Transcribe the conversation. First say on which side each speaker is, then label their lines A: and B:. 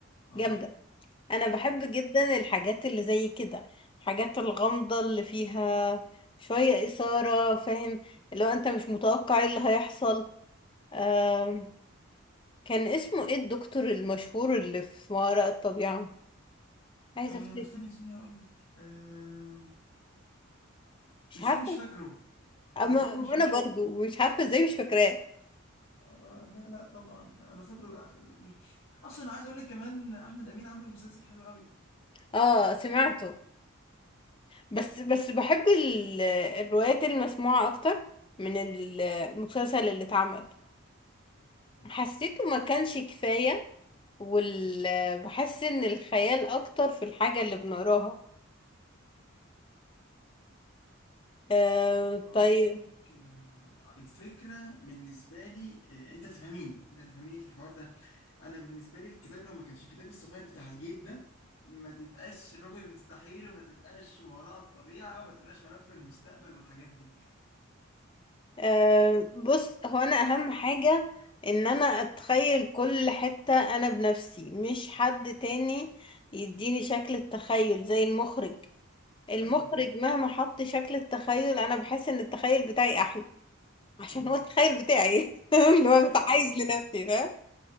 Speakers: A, on the left; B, on the left.
A: اه
B: جامده انا بحب جدا الحاجات اللي زي كده الحاجات الغامضة اللي فيها شوية إثارة فاهم اللي هو انت مش متوقع ايه اللي هيحصل آم، كان اسمه ايه الدكتور المشهور اللي في ما وراء الطبيعة عايزة
A: آه،
B: افتكر
A: استني استني هقول لك آه
B: مش
A: ازاي
B: عارفة
A: مش فاكره
B: أما
A: ازاي مش فاكره
B: انا برضو مش عارفة ازاي مش فاكراه
A: آه لا لا طبعا انا فاكره آه، مش... اصلا عايز اقول لك كمان احمد امين عمل مسلسل حلو
B: اه سمعته بس بس بحب ال- الروايات المسموعة اكتر من المسلسل اللي اتعمل
A: قوي
B: حسيته ما كانش كفاية وال... بحس ان الخيال اكتر في الحاجة اللي بنقراها أه
A: أه،
B: طيب
A: عايز اقول لك آه، الفكره بالنسبه لي آه، انت تفهميني انت تفهميني في الحوار ده انا بالنسبه لي الكتاب لو ما كانش الكتاب الصغير بتاع الجيب ده ما تبقاش الرجل المستحيل وما تبقاش ما وراء الطبيعه وما تبقاش ملف المستقبل والحاجات دي
B: أه بص هو انا اهم حاجة ان انا اتخيل كل حتة انا بنفسي مش حد تاني يديني شكل التخيل زي المخرج المخرج
A: ايوه ايوه
B: مهما حط شكل التخيل انا بحس ان التخيل بتاعي احلى عشان
A: امم
B: هو التخيل بتاعي <laughs> اللي هو
A: ايوه
B: متحيز
A: ايوه فاهم
B: لنفسي ده.